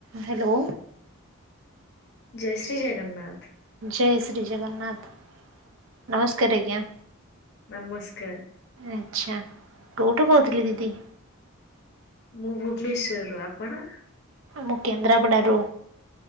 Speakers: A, on the right; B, on the left.
A: Hello.
B: ଜୟ ଶ୍ରୀ ଜଗନ୍ନାଥ।
A: ଜୟ ଶ୍ରୀ ଜଗନ୍ନାଥ ନମସ୍କାର ଆଜ୍ଞା।
B: ନମସ୍କାର।
A: ଆଚ୍ଛା କୋଉଠୁ କୋହୁଥିଲେ ଦିଦି?
B: ମୁଁ ଭୁବନେଶ୍ଵର ରୁ, ଆପଣ?
A: ମୁଁ କେନ୍ଦ୍ରାପଡାରୁ,